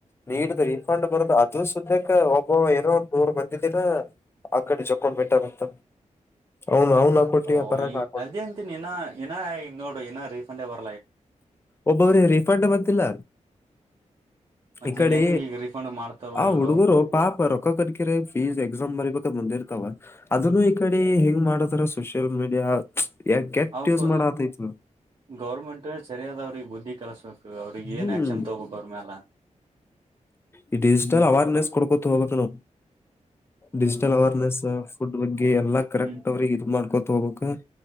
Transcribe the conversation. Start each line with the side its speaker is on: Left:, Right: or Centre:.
Left: ನೀ್ದ ರರಿಫಂಡ್ ಬರುದು ಅದು ಸುದಕ್ಕೆ ಒಬ್ಬ ಏನೋ ನೂರ್ ಬಂದಿದ್ದರ ಆ ಕಡೆ ಜೊಕ್ಕೊಂಡ್ ಬಿಟ್ಟಾರಂತ ಅವ್ನು ಅವ್ನ್ ಹಾಕೊಟ್ಟಿ
Right: ಓ
Left: ಬರಂಗ ಹಾಕೊಂಡ್
Right: ಅದೇ ಅಂತನ್ ಇ ನೋಡು ಇನ ರೀಫಂಡೇ ಬರ
Left: ಒಬ್ಬೊವರಿಗೆಿಗೆ ರೀಫಂಡ್ ಬತಿಿಲ್ಲ
Right: ಮತ್ತ
Left: ಇಕಡೆ
Right: ಈಗ ಹೆಂಗ್ ಈಗ ರೀಫಂಡ್ ಮಾಡ್ತಾರೋ
Left: ಆ
Right: ಇಲ್ಲೋ
Left: ಹುಡುಗರು ಪಾಪ ರೊಕ್ಕ ಕಡಕರ ಫೀಸ್ ಎಕ್ಸಾಮ್ ಮರಿಬೇಕಾದ ಬಂದಿರ್ತಾವ ಅದನ್ನು ಈ ಕಡೆ ಹೆಂಗ್ ಮಾಡದಾರ ಸೋಷಿಯಲ್ ಮೀಡಿಯಾ ಯಾ ಕೆಟ್ಟ
Right: ಅವಕ್
Left: ೂಸ್ ಮಾಡ ಆತೈತ್
Right: ಗೌರ್ಮೆಂಟ್ ಸರಿಯಾದ ಅವ್ರಿಗೆ ಬುದ್ಧಿ ಕಿಸಸ್ಬೇಕಕ್ ಅವ್ರಿಗೆಗ
Left: ಹ್ಮ್
Right: ಏನ್ ಆಕ್ಷನ್ ತಗಬೇಕು ಅವ್ರ ಮ್ಯಾಲ
Left: ಈ ಡಿಜಿಟಲ್ ಅವೇರ್ನೆಸ್ ಕೊಡ್ಕೊತ ಹೋಗಕ್ ನಾವು ಡಿಜಿಟಲ್ ಅವೇರ್ನೆಸ್ ಫುಡ್ ಬಗ್ಗೆ ಎಲ್ಲಾ ಕರೆಕ್ಟ್
Right: ಹ್ಮ್
Left: ಅವ್ರಿಗೆ ಇದ ಮಾಡ್ಕೊತ ಹೋಗ್ಬೇಕಕ್